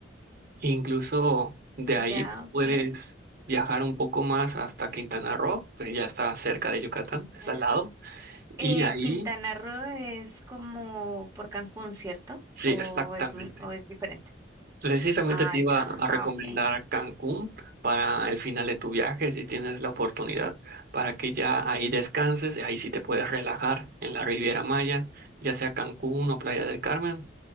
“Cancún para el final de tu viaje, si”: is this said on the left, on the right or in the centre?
Right